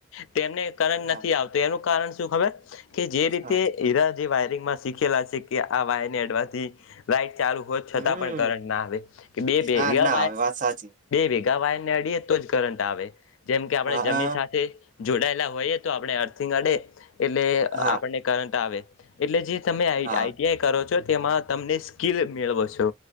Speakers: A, on the left; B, on the right.
A: પણ તેમને કરંટ
B: હા
A: નથી આવતો એનું કારણ શું ખબર? કે જે રીતે
B: હા
A: <unintelligible> જે વાયરિંગમાં શીખેલા છે કે, આ વાયરને અડવાથી લાઇટ ચાલુ હોવા છતાં
B: હમ
A: પણ કરટના આવે, કે બે <unintelligible> બેય
B: હા ના હવે વાત સાચી
A: ભેગા તો આ વાયરને અડીએ તો જ કરંટ આવે. જેમ કે આપડે
B: હા
A: જમીન
B: હા
A: સાથે જોડાયેલા હોઈએ, તો આપડે અર્થિંગ અડે એટલે
B: હા
A: આપડને કરંટ આવે એટલે જ એ તમે આઈ
B: હા
A: આઈટ કરો છો તેમાં તમને સ્કીલ મેળવો છો